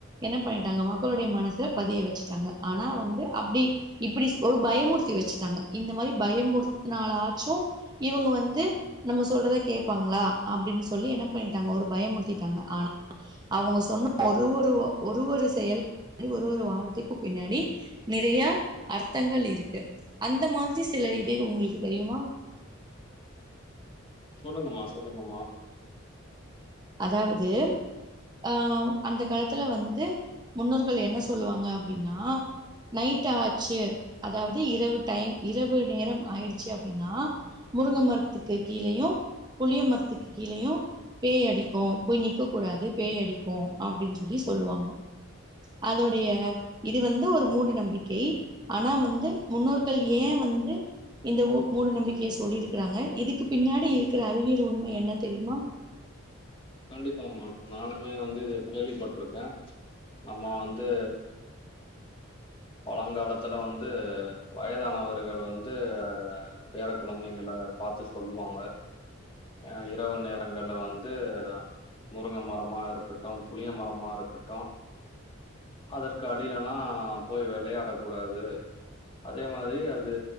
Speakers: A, on the right (about 20°); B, on the left (about 25°).
A: என்ன பண்ணிட்டாங்க மக்களுடைய மனஸ்ல பதிய வச்சுட்டாங்க ஆனா வந்து அப்டி இப்டி ஒரு பயமுறுத்தி வச்சுட்டாங்க இந்த மாரி பயமுறுத்தினாலாச்சு இவங்க வந்து நம்ம சொல்றத கேப்பாங்ளா அப்டின் சொல்லி என்ன பண்ணிட்டாங்க ஒரு பயமுறுத்திட்டாங்க ஆனா அவுங்க சொன்னா ஒரு ஒரு ஒரு ஒரு செயலுக்கு பின்னாடி ஒரு ஒரு வார்த்தைக்கு பின்னாடி நிறைய அர்த்தங்கள் இருக்கு அந்த மாதிரி சில இது உங்குளுக்கு தெரியுமா
B: சொல்லுங்கம்மா சொல்லுங்கம்மா
A: அதாவது ஆ அந்த காலத்துல வந்து முன்னோர்கள் என்ன சொல்லுவாங்க அப்டின்னா நைட் ஆச்சு அதாவது இரவு டைம் இரவு நேரம் ஆயிடுச்சு அப்டின்னா முருங்க மரத்துக்கு கீழேயையு புளிய மரத்துக்கு கீழேயையு பேய் அடி க்கு போய் நிக்க கூடாது பேய்டிக்கு அப்டின் சொல்லி சொல்லுவாங்க அதோடைய இது வந்து ஒரு மூட நம்பிக்கை ஆனா வந்து முன்னோர்கள் ஏ வந்து இந்த மூ-மூட நம்பிக்கையை சொல்லியிருக்கிறாங்க இதுக்கு பின்னாடி இருக்கிற அறிவியல் உண்மை என்ன தெரியுமா
B: கண்டிப்பாமா நானுமே வந்து இத கேள்விப்பட்டுருக்கே நம்ம வந்து பலங்காலத்துல வந்து வயதானவர்கள் வந்து பேர குழந்தைங்க பாத்து சொல்லுவாங்க அ இரவு நேரங்கள்ல வந்து முருங்க மரமா இருக்கட்டு புளிய மரமா இருக்கட்டு அதற்கு அடிலல்லா போய் விளையாடக்கூடாது அதே மாதிரி அது